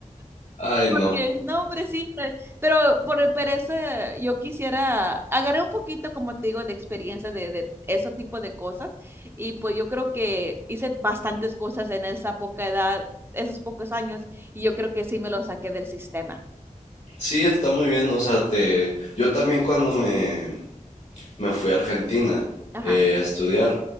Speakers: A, on the left; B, on the right.
A: ay, no.
B: Es, No, hombre, sí, pe- pero por, e, pero ese, yo quisiera, agarré un poquito, como te digo, de experiencia de, de ese tipo de cosas y pues yo creo que hice bastantes cosas en esa poca edad, esos pocos años y yo creo que sí me lo saqué del sistema.
A: Sí, está muy bien. O sea, te... yo también cuando me, me fui a Argentina
B: Ajá,
A: eh, a estudiar,